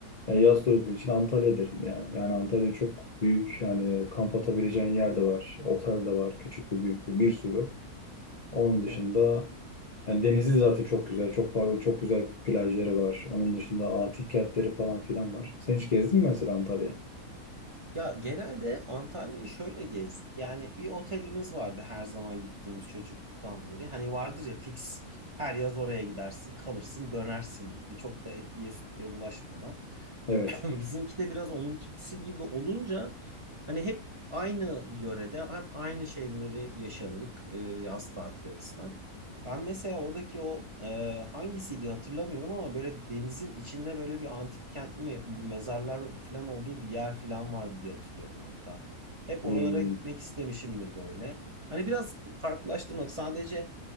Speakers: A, on the left; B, on the right.
A: yani yaz turizmi için Antalya derim yani. Yani Antalya çok büyük yani kamp atabileceğin yer de var, otel de var, küçük de büyük de bir sürü. Onun dışında
B: Hı.
A: Yani denizi zaten çok güzel. Çok farklı, çok güzel plajları var. Onun dışında antik kentleri falan filan var. Sen hiç gezdin mi mesela Antalya'ya?
B: Ya genelde Antalya'yı şöyle gezdik. Yani bir otelimiz vardı her zaman gittiğimiz çocukluktan beri. Hani vardır ya fix her yaz oraya gidersin, kalırsın, dönersin gibi. Çok da etliye sütlüye bulaşmadan.
A: Evet.
B: <clears throat> Bizimki de biraz onunkisi gibi olunca hani hep aynı yörede hep aynı şeyleri yaşadık e, yaz tatili açısından. Ben mesela oradaki o e, hangisiydi hatırlamıyorum ama böyle denizin içinde böyle bir antik kent mi mezarlar falan olduğu bir yer falan vardı diye hatırlıyorum hatta. Hep
A: Hmm.
B: oralara gitmek istemişimdir böyle. Hani biraz farklılaştırmak sadece